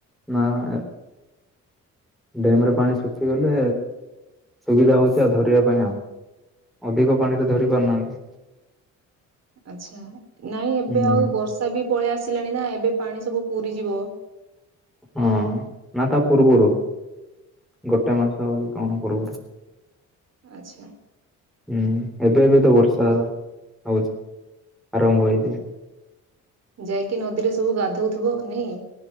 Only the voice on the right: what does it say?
ଆଛା ନାଇଁ ଏବେ
ଆଉ ବର୍ଷା ବି ପଳେଇ ଆସ ଲାଣି ନା ଏବେ ପାଣି ସବୁ ପୁରରିଯିବ
ଆଚ୍ଛା
ଯାଇକି ନଦୀରେ ସବୁ ଗାଧଉଥିବ ନାଇଁ